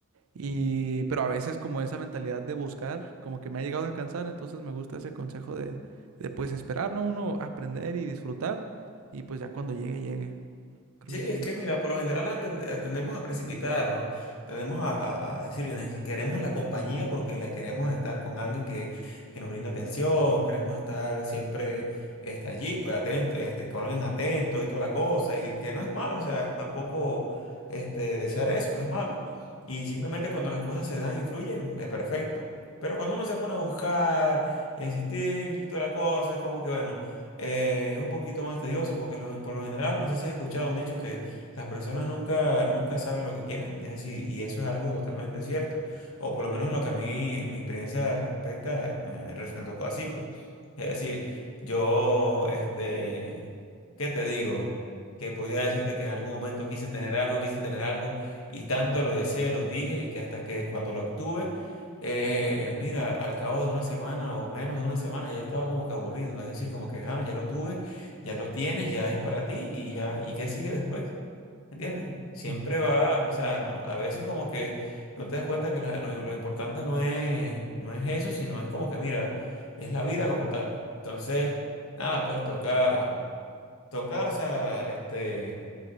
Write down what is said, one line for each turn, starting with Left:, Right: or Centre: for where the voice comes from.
Right: y, pero a veces como esa mentalidad de buscar, como que me ha llegado a cansar, entonces me gusta ese consejo de, de pues esperar, ¿no? Uno aprender y disfrutar y pues ya cuando llegue, llegue. Creo
Left: Sí,
Right: que sí.
Left: es que mira, por lo general la tende- tendemos a precipitarnos, tendemos a, a- a decir, "Nece- queremos la compañía porque le queremos estar con alguien que, que nos brinde atención, queremos estar siempre este, allí, pues atento, este, con alguien atento y toda la cosa, y que no es malo, o sea, tampoco este, desear eso, no es malo. Y simplemente cuando las cosas se dan y fluyen, es perfecto. Pero cuando uno se pone a buscar y a insistir y toda la cosa, es como que, bueno. Eh, es un poquito más tedioso porque los- por lo general, no sé si has escuchado un dicho que las personas nunca, nunca saben lo que quieren. Es decir, y eso es algo totalmente cierto. O por lo menos lo que a mí, en mi experiencia respecta, me, me res- me tocó así, pues. Es decir, yo, este, ¿qué te digo? Que podía decirte que en algún momento quise tener algo, quise tener algo, y tanto lo deseé, lo dije, y que hasta que cuando lo obtuve, eh, mira, al cabo de una semana o menos de una semana ya estaba como que aburrido, es decir, como que "Ah, ya lo tuve, ya lo tienes, ya es para ti y ya, ¿y qué sigue después? ¿Entiendes? Siempre
Right: Ujú.
Left: va, o sea, no, a veces como que no te das cuenta que la- lo, lo importante no es, no es eso, sino es como que, mira, es la vida como tal. Entonces, nada, pues toca, toca, o sea, este